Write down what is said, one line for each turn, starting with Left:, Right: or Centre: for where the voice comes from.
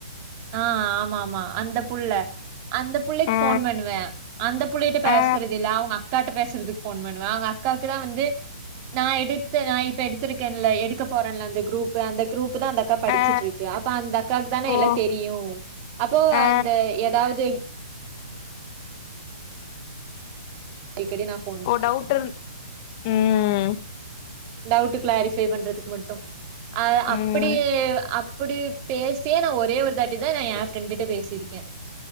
Right: ஆ ஆமா ஆமா அந்த புள்ள அந்த புள்ளிக்கு
Left: ஆ
Right: போன் பண்ணுவே அந்த புள்ள கிட்ட பேசுறதுதில்ல
Left: ஆ
Right: அவங்க அக்கா கிட்ட பேசுறதுக்கு போன் பண்ணுவ அவங்க அக்காவுக்கு தா வந்து நா எடுத்து நா இப்ப எடுத்திருக்கேன்ல எடுக்க போறேன்ல அந்த குரூப்பு அந்த குரூப்பு தா அந்தக் அக்கா படிச்சுட்டுருக்கு
Left: ஆ
Right: அப்ப அந்த அக்காவுக்கு தான
Left: ஓ
Right: எல்லா தெரியு அப்போ
Left: ஆ
Right: அந்த எதாவது அடிக்கடி நா ஃபே
Left: ஓ டவுட் இருந் ம்
Right: டவுட்டு க்ளாரிஃபை பண்றதுக்கு மட்டு ஆ அப்பிடி
Left: ம்
Right: அப்பிடி பேசியே நா ஒரே ஒரு தாட்டி தா நா ஏ ஃப்ரெண்டிட்ட பேசிருக்கே